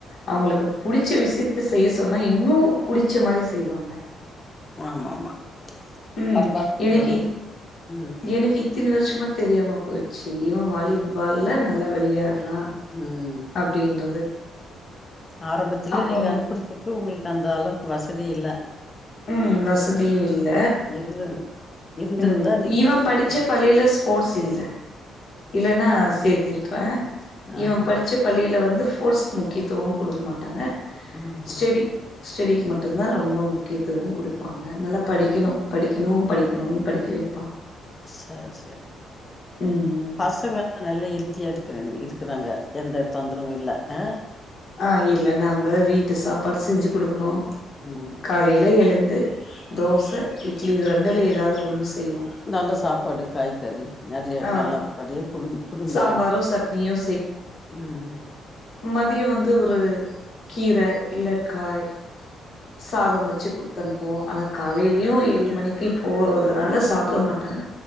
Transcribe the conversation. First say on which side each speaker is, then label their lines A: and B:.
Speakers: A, on the left; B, on the left.
A: அவுங்களுக்கு புடிச்ச விஷயத்த செய்ய சொன்னா இன்னும் புடிச்ச மாரி செய்வாங்க
B: ஆமா ஆமா
A: உம்
B: பரவால்ல
A: என்னக்கி
B: ஓரளவு ம்
A: இத்தின வருஷமா தெரியாம போயிடுச்சு இவன் வாலிபால்ல நல்லா வெளையாடு வா
B: ம்
A: <inaudible> அப்டின்றது
B: ஆரம்பத்துல
A: அப்றோ
B: நீங்க அனுப்புறதுக்கு உங்களுக்கு அந்த அளவுக்கு வசதி இல்லை
A: ம் வசதியும் இல்ல
B: இருந்து இருந்திருந்தா
A: ம் இவன் படிச்ச
B: நீங்க
A: பள்ளியில ஸ்போர்ட்ஸ் இல்ல இல்லன்னா சேத்தியி ப்பேன்
B: ஆஹ
A: இவன் படிச்ச பள்ளியில வந்து ஸ்போர்ட்ஸ்கு முக்கியத்துவம் கொடுக்க மாட்டாங்க
B: ஆஹ <unintelligible>
A: ஸ்டெடி ஸ்டெடிக்கு மட்டும்தான் ரொம்ப முக்கியத்துவம் கொடுப்பாங்க நல்லா படிக்கணும் படிக்கணும் படிக்கணும் படிக்க வை
B: செரி செரி <unintelligible>
A: ம் ம்
B: பசங்கல்லாம் நெலையில் வெட்டியா இருக்கிறவங்க இருக்கிறாங்க எந்த தொந்தரவும் இல்ல ஆ
A: ஆ இல்ல நம்ப வீட்டு சாப்பாடு செஞ்சு குடுக்குறோம்
B: ம்
A: காலையில எழுந்து தோச இட்லி இது ரெண்டுல ஏதாவது ஒண்ணு செய்வோ
B: நல்ல சாப்பாடு காய்கறி நெறைய
A: ஆ
B: நல்ல படிய குடு குடுங்க
A: சாம்பாரோ சட்னியோ
B: ம்
A: மதியம் வந்து ஒரு கீரை இல்லக்காய் சாதம் வச்சு கு குடுத்தனுப்புவோம் ஆனால் காலையிலயும் ஏழு மணிக்கு போறதுனால சாப்ட மாட்டாங்க